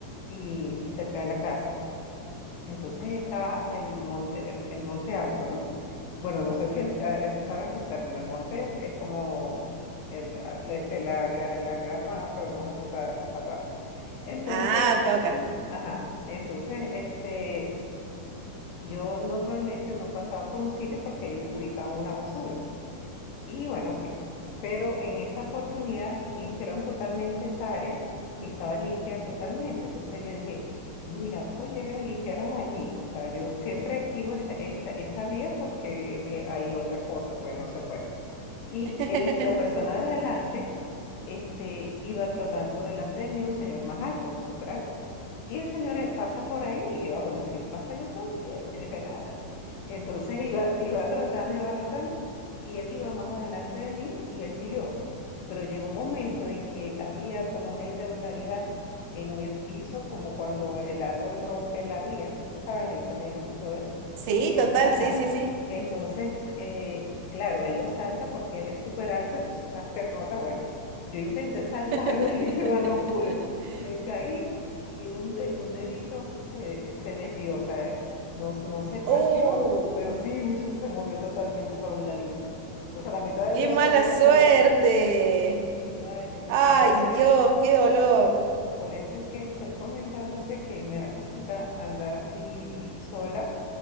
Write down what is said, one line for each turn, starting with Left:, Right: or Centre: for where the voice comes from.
Left: y cerca de la casa. Entonces estaba el monte, el, el monte alto, ¿no? Bueno, no sé si el- ah, eh, sabes el término. El monte es, es como el, ah, este, la, gra- la grama, pero más alto ta- lo salvaje. Entonces,
Right: Ah, ok, ok.
Left: mm, ajá, entonces este, yo normalmente no pasaba por un sitio porque ahí ubicaba una basura. Y bueno, ok. Pero en esa oportunidad limpiaron totalmente esa área y estaba limpia totalmente. Entonces yo dije, mira, oye, ve, limpiaron allí. O sea, yo siempre esquivo esa, esa, esa vía porque eh, hay otra cosa, pues no se puede. Y
Right: <laughs>
Left: él, la persona de adelante, este, iba trotando delante de mí un señor más alto, súper alto. Y el señor eh, pasa por ahí y yo, ah, bueno, si él pasa yo también, yo dije nada. Entonces iba, iba trotando, iba trotando y él iba más adelante de mí y él siguió. Pero llegó un momento en que había como una irregularidad en el piso, como cuando el árbol rompe la vía, tú sabes, el cemento y todo eso.
Right: Sí,
Left: Eh,
Right: total,
Left: ajá.
Right: sí, sí, sí.
Left: Entonces, eh, claro, él lo salta porque él es súper alto, entonces esas pernotas, bueno, yo intenté saltarle
Right: <laughs>
Left: <laughs> y yo no pude, me caí y un, de- un dedito se, se desvió, o sea, no, no se partió,
Right: ¡Uh!
Left: pero sí, mucho se movió totalmente para un ladito, o sea, la mitad del
Right: ¡Qué
Left: dedo
Right: mala
Left: se me fue
Right: suerte!
Left: por un lado. Sí, vale.
Right: ¡Ay,
Left: Entonces,
Right: Dios, qué dolor!
Left: por eso es que estoy comentándote que me da cosita andar así sola,